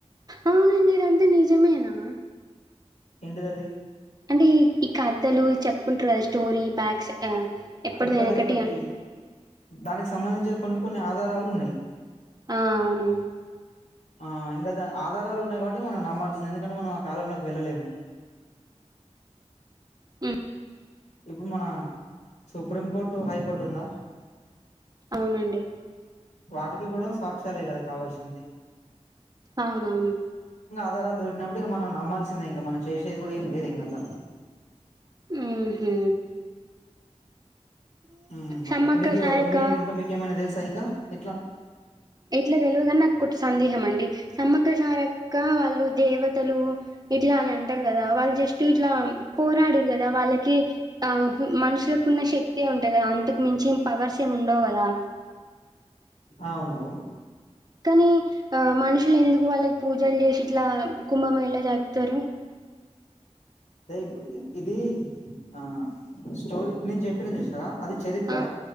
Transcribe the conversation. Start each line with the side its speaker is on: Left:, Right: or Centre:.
Right: అవునండి ఇదంతా నిజమేనా
Left: ఎంటిదది
Right: అంటే ఈ కథలు చెప్పుకుంటరు కదా స్టోరీ బ్యాక్స్ ఆహ్, ఎప్పటిది
Left: ఇప్పుడది
Right: వెనకటి
Left: ఒకటి
Right: అని.
Left: దానికి సంబంధించి కొన్ని కొన్ని ఆధారాలున్నాయి
Right: ఆ అవును
Left: ఆ ఇంకా ద ఆధారాలు ఉన్నాయి కాబట్టి మనం నమ్మాల్సింది ఎందుకంటే మనం ఆ కాలంలోకి వెళ్ళలేము.
Right: హ్మ్.
Left: ఇప్పుడు మన సుప్రీం కోర్టు హై కోర్ట్ ఉందా
Right: అవునండి
Left: వాటికి కూడా సాక్ష్యాలే కదా కావల్సింది.
Right: అవునవును
Left: ఆధారాలు దొరికినప్పుడు ఇగ మనం నమ్మాల్సిందే ఇంక మనం చేసేది కూడా ఏం లేదు ఇంగల్ల
Right: ఉ హూ
Left: హు
Right: సమ్మక్క
Left: అట్లా మీకు
Right: సారక్క
Left: మీకు మీ ఇంకా మీకేమైనా తెలుసా ఇంకా ఇట్లాంటి
Right: ఇట్లా తెలవుగాని నా కొద్ది సందేహం అండి సమ్మక్క సారక్క వాళ్ళు దేవతలు ఇట్లానం ంటరు కదా వాళ్ళు జస్ట్ ఇట్లా పోరాడిర్రు కదా వాళ్ళకి ఆ మనుషులకు ఉన్న శక్తి ఉంటది కదా అంతకు మించి పవర్స్ ఏమి ఉండవు కదా
Left: ఆ ఉండవు
Right: కనీ ఆ మనుషులెందుకు వాళ్ళకి పూజలు చేసి ట్లా కుంభమేళా జరుపుతరు
Left: అయితే ఇది ఆ స్టోరీ ఇప్పుడు నేను చెప్పిన చూస్నవా అది చరిత్ర
Right: ఆ